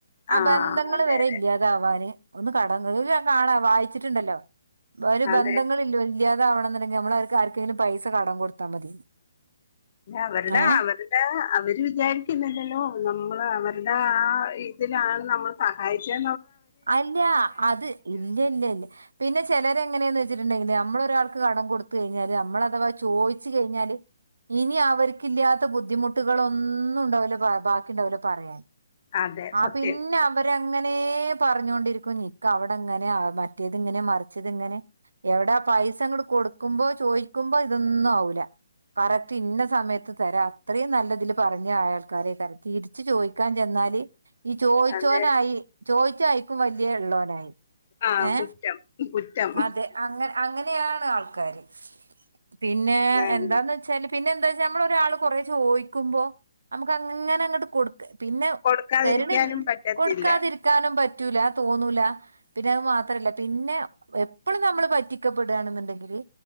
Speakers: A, on the right; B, on the left.
A: ആ
B: ആഹ്
A: ബന്ധങ്ങൾ
B: അതെ
A: വരെ
B: അതെ
A: ഇല്യാതാവാന് ഒന്ന് കട കാണാ വായിച്ചിട്ടുണ്ടല്ലോ. ഒരു
B: അതെ
A: ബന്ധങ്ങളില്ല്യാതാവണൊണ്ടെങ്കി നമ്മൾ അവർക്ക് ആർക്കെങ്കിലും പൈസ കടം കൊടുത്താ മതി.
B: അവരുടെ
A: ഏ
B: അവരുടെ അവര് വിചാരിക്കുന്നില്ലല്ലോ നമ്മള് അവരുടെ ആ ഇതിലാണ് നമ്മള് സഹായിച്ചേ
A: അല്ല അത് ഇല്ല ഇല്ല ഇല്ല പിന്നെ ചെലരെങ്ങനെന്ന് വ ച്ചിട്ടുണ്ടെങ്കില് നമ്മളൊരാൾക്ക് കടം കൊടുത്ത് കയിഞ്ഞാല് നമ്മളഥവാ ചോയിച്ച് കഴിഞ്ഞാല് ഇനി അവരിക്കില്ലാത്ത ബുദ്ധിമുട്ടുകളൊന്നുംണ്ടാവില്ല ബാ ണ്ടാവില്ല പറയാന്
B: അതെ
A: ആ
B: സത്യം
A: പിന്നെ അവര് അങ്ങനേ പറഞ്ഞൊണ്ടിരിക്കും. നിക്ക അവിടങ്ങനെ മറ്റേതിങ്ങനെ മറിച്ചതിങ്ങനെ എവിടാ പൈസയങ്ങട് കൊടുക്കുമ്പോ ചോയിക്കുമ്പോ ഇതൊന്നും ആവൂല. കറക്റ്റ് ഇന്ന സമയത്ത് തരാ അത്രയും നല്ലതില് പറഞ്ഞ ആയൽക്കാരെ തിരിച്ചു ചോയിക്കാൻ ചെന്നാല് ഈ ചോയിച്ചോനായി
B: അതെ
A: ചോയിച്ചായിക്കും വല്ല്യള്ളോനായി.
B: ആഹ്
A: ഏ
B: കുറ്റം കുറ്റം
A: അതെ അങ്ങ അങ്ങനെയ ണ് ആൾക്കാര് പിന്നെ
B: അതാണ്
A: എന്താന്ന് വച്ചാല് പിന്നെ എന്താച്ചാ നമ്മള് ഒരാൾ കൊറേ ചോയിക്കുമ്പോ നമുക്ക് അങ്ങനെ അങ്ങട്ട് കൊടുക്ക പിന്നെ
B: കൊടുക്കാതിരിക്കാനും
A: തെരണി--കൊടുക്കാതിരിക്കാനും
B: പറ്റത്തില്ല
A: പറ്റൂല. തോന്നൂല പിന്നെ അത് മാ അത്രല്ല പിന്നെ എപ്പളും നമ്മള് പറ്റിക്കപ്പെടുവാണെന്നുണ്ടെങ്കില്